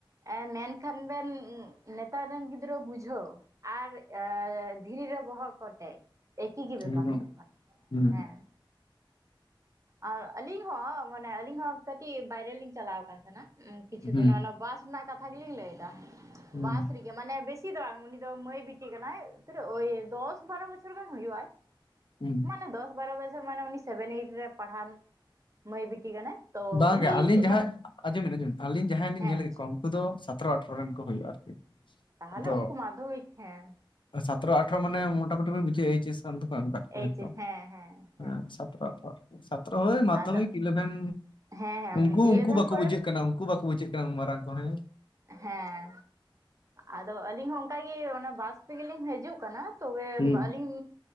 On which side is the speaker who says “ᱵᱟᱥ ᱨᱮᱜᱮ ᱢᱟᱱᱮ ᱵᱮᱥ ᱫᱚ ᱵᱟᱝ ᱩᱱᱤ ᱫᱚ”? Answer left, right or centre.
Right